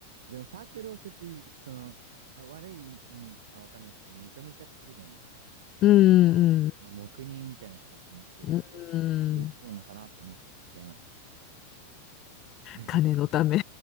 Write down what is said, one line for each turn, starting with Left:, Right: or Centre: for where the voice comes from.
Right: でもサークルを設置、その、あ、悪い意味かわかんないですけど、認めちゃってるじゃないですか。
Left: うんうん
Right: あの、まあ、黙認みたいな形にしてるってことは、
Left: うん。う
Right: やっぱそういうことなのかなって思ったりしちゃいますけどね。
Left: ん。
Right: <laughs>
Left: 金のため。